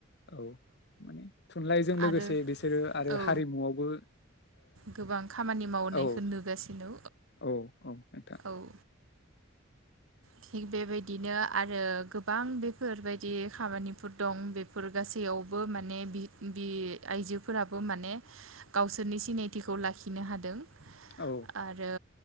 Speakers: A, on the left (about 55°); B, on the right (about 75°).
A: औ माने थुनलाइजों लोगोसे
B: आरो
A: बिसोरो आरो
B: औ
A: हारिमुआवबो
B: गोबां खामानि मावनायखौ
A: ओ औ।
B: नुगासिनो
A: औ औ नोंथां।
B: औ थिग बेबायदिनो आरो गोबां बेफोरबायदि खामानिफोर दं बेफोर गासैयावबो माने बि-बि आइजोफोराबो माने गावसोरनि सिनायथिखौ लाखिनो हादों।
A: औ
B: आरो